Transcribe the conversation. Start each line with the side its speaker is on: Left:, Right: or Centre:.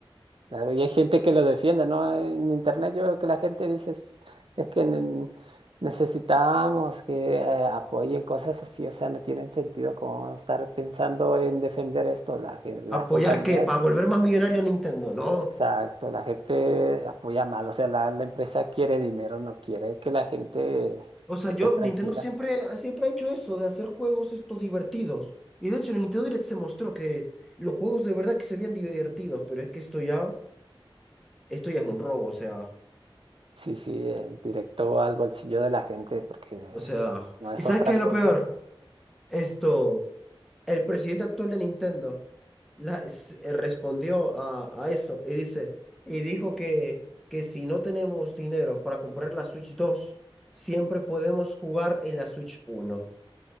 Right: Claro, y hay gente que lo defiende, ¿no? En internet yo veo que la gente dice es, es que ne- necesitamos que eh, apoyen cosas así, o sea, no tienen sentido como estar pensando en defender esto. La gen-
Centre: ¿Apoyar
Right: las compañías,
Centre: qué? ¿Para volver más millonario a Nintendo? No.
Right: exacto, la gente apoya mal, o sea, la, la empresa quiere dinero, no quiere que la gente
Centre: O sea, yo,
Right: esté tranquila.
Centre: Nintendo siempre, siempre ha hecho eso, de hacer juegos esto divertidos. Y de hecho, en el Nintendo Direct se mostró que los juegos de verdad que se veían divertidos, pero es que esto ya, esto ya es un robo, o sea,
Right: Sí, sí, eh, directo al bolsillo de la gente, porque
Centre: o
Right: es-
Centre: sea.
Right: no es
Centre: ¿Y sabes
Right: otra
Centre: qué
Right: cosa.
Centre: es lo peor? Esto, el presidente actual de Nintendo la- s- eh, respondió a, a eso y dice, y dijo que, que si no tenemos dinero para comprar la Switch 2 siempre podemos jugar en la Switch uno